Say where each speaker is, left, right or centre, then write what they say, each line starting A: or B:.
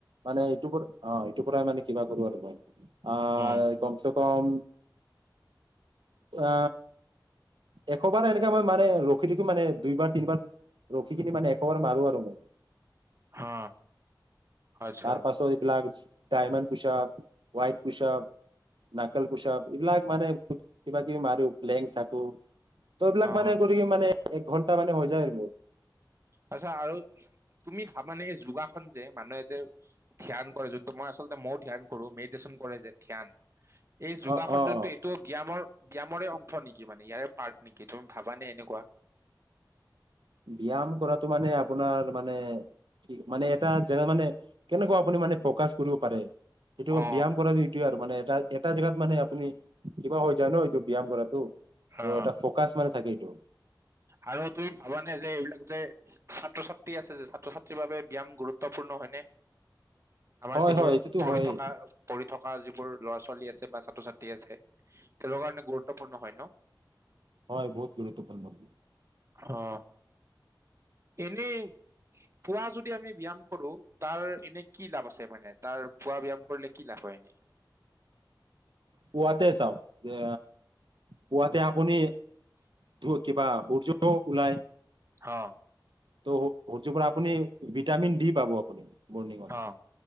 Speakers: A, on the right (about 85°); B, on the right (about 35°).
A: মানে সেইটো অ ইটোৰ পৰাই মানে কিবা কৰো আৰু মই। অ
B: উম
A: কমছে কম, অ এশবাৰ এনেকাে মই মানে ৰখি থাকো মানে দুইবাৰ তিনিবাৰ ৰখি কিনি মানে এশবাৰ মাৰো আ সময়
B: অ আচ্ছা
A: তাৰ পাছ প লাগ ডায়মণ্ড পোচাপ, হোৱাইট পোচাপ, নাকেল কোচাপ এইবিলাক মানে কিবা কিবি মাৰো লেংক থাকোঁ। তইবিলাক
B: অ
A: মানে কৰি মানে এক ঘণ্টা মানে হৈ যায় মোৰ।
B: তাৰপিছত আৰু, তুমি ভাবানে মানে এই যোগাখনন যে মানুহে যে ধ্যান কৰে যোনটো মই আচলতে মই ধ্যান কৰো মেডিটেচন কৰে যে ধ্যান। এই যোগাসন
A: অ অ
B: যোনটো
A: অ
B: এইটো ব্যায়ামৰ। ব্যায়ামৰে অংশ নেকি মানে ইয়াৰে পাৰ্ট নেকি, তুমি ভাবানে এনেকুৱা?
A: ব্যায়াম কৰাটো মানে আপোনাৰ মানে, মানে এটা জেগা মানে কেনেকুৱা আপুনি মানে ফকাচ কৰিব পাৰে। সেইটো
B: অ
A: ব্যায়াম কৰাটো এইটোৱে আৰু মানে এ এটা জোগাত মানে আপুনি, কিবা হৈ যায় ন এইটো ব্যায়াম কৰাটো ত'
B: অ,
A: এটা ফ'কাচ মানে থাকে এইটো
B: আৰু তুমি ভবা যে এইবিলাক যে, ছাত্ৰ ছাত্ৰী আছে যে ছাত্ৰ ছাত্ৰীৰ বাবে ব্যায়াম গুৰুত্বপূৰ্ণ হয়নে? আমাৰ
A: হয়
B: যিবোৰ
A: হয় এইটোতো
B: পঢ়ি
A: হয়েই
B: থকা পঢ়ি থকা যিবোৰ ল'ৰা ছোৱালী আছে বা ছাত্ৰ ছাত্ৰী আছে, তেওঁলোকৰ কাৰণে গুৰুত গুৰুত্বপূৰ্ণ হয় ন।
A: হয় বহুত গুৰুত্বপূৰ্ণ।
B: অ, এনেই, পুৱা যদি আমি ব্যায়াম কৰো, তাৰ এনে কি লাভ আছে মানে, তাৰ পুৱা ব্যায়াম কৰিলে কি লাভ হয় এনেই
A: পোৱাতে চাও যে পোৱাতে আপুনি ধ কিবা বৰ্য ওলাই
B: অ
A: ত' অটি পৰা আপুনি ভিটামিন দি পাব আপুনি। মৰ্ণিঙতে
B: অহ